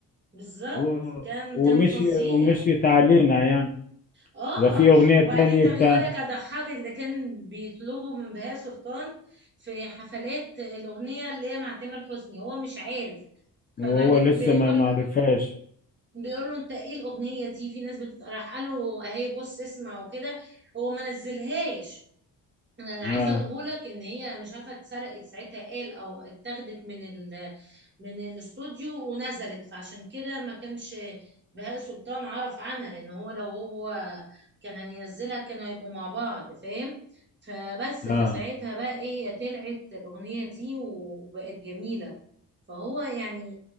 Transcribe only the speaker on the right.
بالظبط
كان
كان فظيع
اه
وبعدين
ده
بيقولك اضحكك ده كان بيطلبوا من بهاء سلطان في حفلات الاغنيه اللي هي مع تامر حسني هو مش عارف فبعدين
بيقول
بيقول له انت ايه الاغنيه دي في ناس بتت... راح قال له اهي بص اسمع وكده هو ما نزلهاش انا اللي
عايزه اقوله لك ان هي مش عارفه اتسرقت ساعتها قال او اتاخدت من ال من الاستوديو ونزلت فعشان كده ما كانش بهاء سلطان عرف عنها لان هو لو هو كان هينزلها كانوا هيبقوا مع بعض فاهم فبس فساعتها
بقى ايه هي طلعت الاغنيه دي وبقت جميله فهو يعني